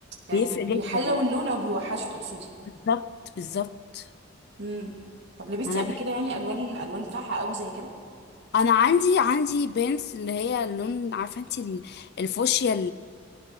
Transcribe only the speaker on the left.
بيفرق
جدا
بالظبط بالظبط
انا
بحب
انا عندي عندي بنت اللي هي اللون عارفه انت الفوشيا